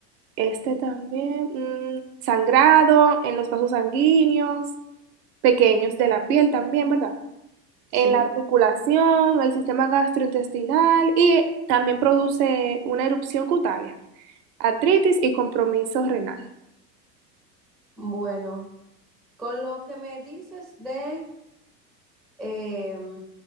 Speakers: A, on the right; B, in the centre.
A: este también, mm, sangrado en los vasos sanguíneos, pequeños de la piel también, ¿verdad? En
B: sí.
A: la articulación, el sistema gastrointestinal y también produce una erupción cutánea, artritis y compromiso renal.
B: Bueno, con lo que me dices de em,